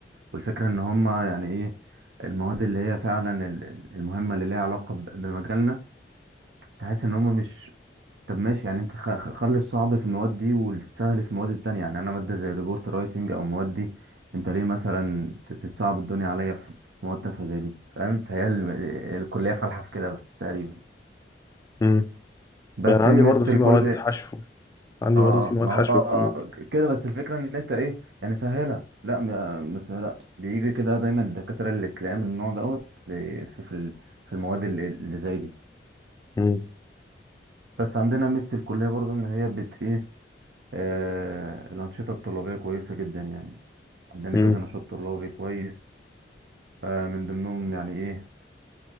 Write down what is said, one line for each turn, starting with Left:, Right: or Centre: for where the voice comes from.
Right: والفكرة ان هما يعني ايه المواد اللي هي فعلا ال- ال- المهمة اللي ليها علاقة ب- بمجالنا تحس ان هما مش طب ماشي يعني انت خ- خ- خلي الصعب في المواد دي والسهل في المواد التانية يعني انا مادة زي الريبورت رايتنج او المواد دي انت ليه مثلا ت- تتصعب الدنيا عليا في في مواد تافهة زي دي فاهم فهي ال... الكلية فالحة في كده بس تقريبا
Left: امم
Right: بس
Left: ده انا
Right: ميزة
Left: عندي برضو في
Right: الكل
Left: مواد حشو عندي
Right: اه
Left: برضو في
Right: اه
Left: مواد
Right: ما
Left: حشو
Right: هو آه،
Left: كتير
Right: آه، كده بس الفكرة ان انت ايه يعني سهلها لا ما سهلها بيجي كده دايما الدكاترة اللي تلاقيها من النوع دوت في في ال- في المواد اللي اللي زي دي
Left: امم
Right: بس عندنا ميزة الكلية برضو ان هي بت ايه آه الأنشطة الطلابية كويسة جدا يعني عندنا
Left: امم
Right: كذا نشاط طلابي كويس آه من ضمنهم يعني ايه